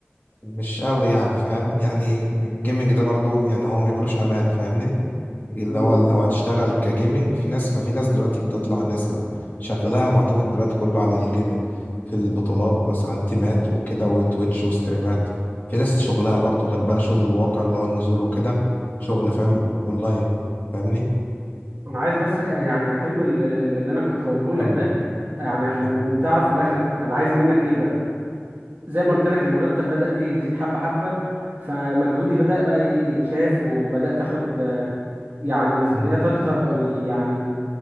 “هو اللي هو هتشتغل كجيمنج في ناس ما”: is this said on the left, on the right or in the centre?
Left